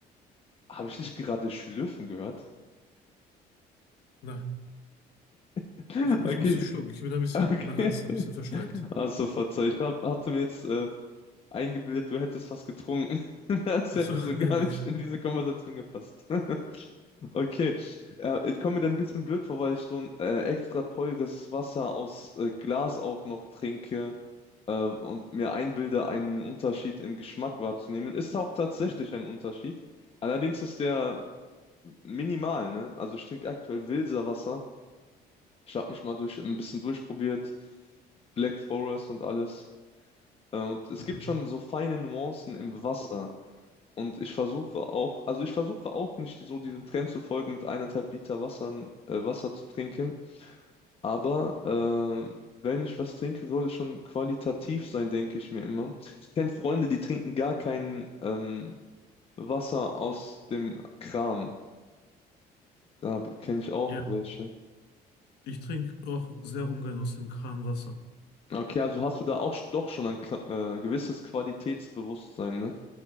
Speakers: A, on the left; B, on the left.
A: habe ich nicht gerade schlürfen gehört?
B: Nein,
A: <laughs>
B: ich, mu- ich
A: Okay,
B: musste schlucken. Ich bin ein bisschen,
A: okay.
B: mein Hals ist ein bisschen verschleimt.
A: Also verzeih, ich hab, hatte mir jetzt äh, eingebildet, du hättest was getrunken. <laughs> Das
B: Achso,
A: hätte
B: <laughs>
A: so
B: nein,
A: gar
B: nein.
A: nicht in diese Konversation gepasst. <laughs> Okay, äh, ich komme mir dann ein bisschen blöd vor, weil ich so ein äh, extra teures Wasser aus äh, Glas auch noch trinke äh, und mir einbilde, einen Unterschied im Geschmack wahrzunehmen. Ist auch tatsächlich ein Unterschied. Allerdings ist der minimal, ne? Also ich trinke aktuell Wilsa Wasser. Ich habe mich mal durch ein bisschen durchprobiert, Black Forest und alles. Äh, Und es
B: Ja,
A: gibt schon so feine Nuancen im Wasser. Und ich versuche auch, also ich versuche auch nicht so diesem Trend zu folgen, mit eineinhalb Liter Wassern, äh, Wasser zu trinken. Aber äh, wenn ich was trinke, soll es schon qualitativ sein, denke ich mir immer. Ich kenne Freunde, die trinken gar kein ähm, Wasser aus dem Kran. Da kenne ich auch
B: ja.
A: welche.
B: Ich trinke auch sehr ungern aus dem Kran Wasser.
A: Okay, also hast du da auch sch- doch schon ein kla- äh, gewisses Qualitätsbewusstsein, ne?